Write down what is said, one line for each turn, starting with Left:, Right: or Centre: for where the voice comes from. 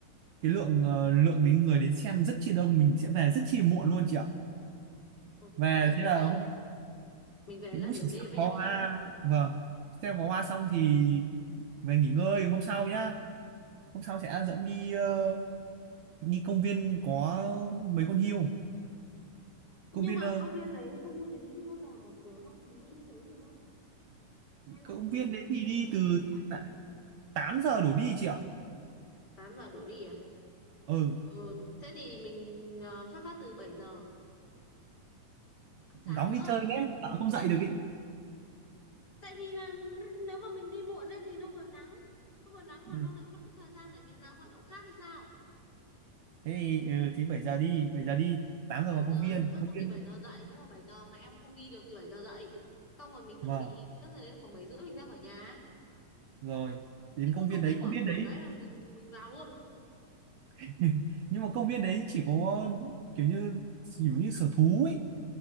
Right: cái lượng ờ, lượng đến người đến xem rất chi đông mình sẽ về rất chi muộn luôn chị ạ
Left: ok,
Right: về
Left: thế
Right: thế là
Left: là
Right: hôm
Left: mình về
Right: cũng
Left: là nửa
Right: chỉ
Left: đêm
Right: xem
Left: ấy
Right: pháo
Left: nhở?
Right: hoa vâng xem pháo hoa xong thì về nghỉ ngơi hôm sau nhá hôm sau sẽ dẫn đi ờ, đi công viên có mấy con hươu
Left: Nhưng
Right: công viên
Left: mà
Right: ờ,
Left: công viên đấy, công viên đấy có giờ mở cửa không? Mình có đi sớm được không? Hay là
Right: công
Left: phải
Right: viên
Left: phải
Right: đấy
Left: theo
Right: thì
Left: cái
Right: đi
Left: giờ
Right: từ
Left: của người ta?
Right: tạ- 8 giờ đổ đi chị ạ
Left: 8 giờ đổ đi à?
Right: ừ
Left: Ừ, thế thì mình ờ, xuất phát từ 7 giờ, ăn sáng
Right: cõng
Left: nữa.
Right: đi chơi nhé sợ không dậy được ý
Left: tại vì là nếu mà mình đi muộn ấy thì nó vừa nắng nó vừa nắng mà
Right: ừ.
Left: nó lại mất cái thời gian để mình làm hoạt động khác thì sao
Right: thế thì ừ, thì 7 giờ đi 7 giờ đi 8
Left: bảy
Right: giờ vào
Left: giờ
Right: công viên
Left: thôi
Right: công
Left: không
Right: viên
Left: thì 7 giờ dậy nếu mà 7 giờ mà em không đi được thì 7 giờ dậy xong rồi mình chuẩn
Right: vâng
Left: bị thế rồi đến khoảng 7 rưỡi mình ra khỏi nhà
Right: rồi đến
Left: thì
Right: công
Left: cứ công
Right: viên đấy
Left: viên mở
Right: công viên
Left: cửa
Right: đấy
Left: cái là mình mình vào luôn
Right: <laughs> nhưng mà công viên đấy chỉ có kiểu như kiểu như sở thú ấy